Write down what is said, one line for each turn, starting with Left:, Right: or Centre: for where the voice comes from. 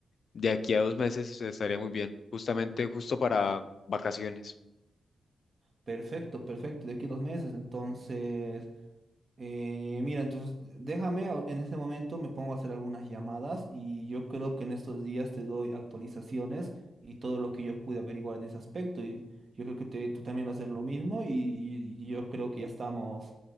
Left: De aquí a dos meses estaría muy bien, justamente justo para vacaciones.
Right: Perfecto, perfecto, de aquí a dos meses. Entonces, eh, mira, entonces déjame, ahor- en este momento me pongo a hacer algunas llamadas y yo creo que en estos días te doy actualizaciones y todo lo que yo pude averiguar en ese aspecto. Y yo creo que te- tú también haces lo mismo y, y yo creo que ya estamos